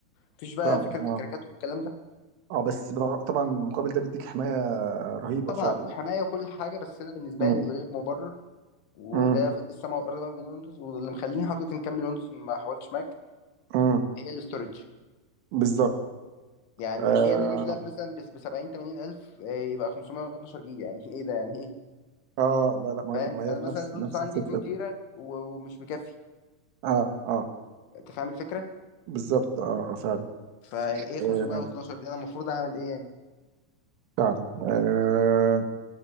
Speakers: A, on the left; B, on the right.
A: مفيش بقى
B: فعلا
A: فكره
B: اه
A: الكراكات والكلام ده
B: اه بس برا- طبعا المقابل ده بيديك حماية رهيبة
A: طبعا
B: فعلا يعني.
A: حمايه وكل حاجه بس انا بالنسبه
B: مم،
A: لي الغير مبرر وده
B: مم،
A: فرق السماء والارض بقى بين ويندوز واللي مخليني حضرتك نكمل ويندوز ما حاولتش ماك
B: مم،
A: هي الاستورج
B: بالظبط
A: يعني
B: آه,
A: ليه انا اجيب لاب مثلا ب 70 80 الف آه، يبقى 512 جيجا يعني ايه ده يعني ايه
B: اه لا لا ما
A: فاهم
B: ما هي
A: انا
B: نفس
A: مثلا الويندوز
B: نفس
A: عندي
B: الفكرة
A: 2 تيرا و- ومش مكفي
B: اه اه
A: انت فاهم الفكره
B: بالظبط اه اه فعلا
A: فايه
B: آه
A: 512 دي انا المفروض اعمل ايه يعني
B: فعلا آه